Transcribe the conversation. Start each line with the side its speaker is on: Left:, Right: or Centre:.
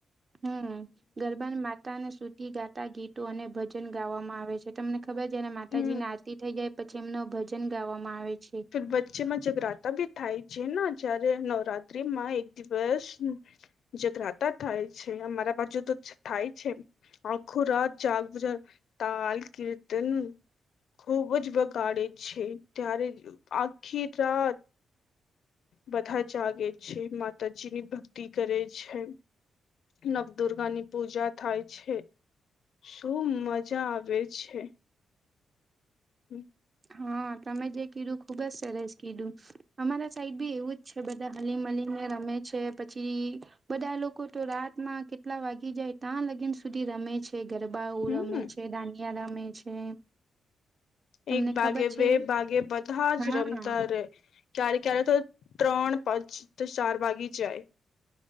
Right: હમ ગર બા માતાને સુતી ગાતા ગીતો અને ભજન ગાવામાં આવે છે, તમને ખબર છે ને તાજી
Left: હમ
Right: ના આરતી થઈ જાય પછી એમનો ભજન ગાવામાં આવે છે
Left: વચ્ચેમાં જગરાતા ભી થાય છે, ને જયારે નવરાત્રીમાં એક દિવસ હ જઘરાતા થાય છે, અમારા બાજુ તો થાય છે, આખું રાત જાગૃત તાલ કીર્તન ખુબ જ બગાડે છે, ત્યારે આખી રાત બધા જાગે જ છે, માતાજી ની ભક્તિ કરે છે. નવદુર્ગાની પૂજા થાય છે. શું મજા આવે છે. હમ.
Right: હા તમે જે કીધું ખુબ જ સરસ કીધું અમારા સાઈડ બી એવું જ છે, બધા હલી મલીને રમે છે, પછી બધા લોકો તો રાતમાં કેટલા વાગી જાય ત્યાં સુધી રમે છે? ગરબાઓ
Left: હમ
Right: રમે છે, દાનિયા રમે છે. તમને
Left: એક ભાગે,
Right: ખબર છે
Left: બે ભાગે, બધા
Right: હા
Left: જ રમતા રે. ક્યારે ક્યારે તો ત્રણ, પાંચ તો ચાર વાગી જાય.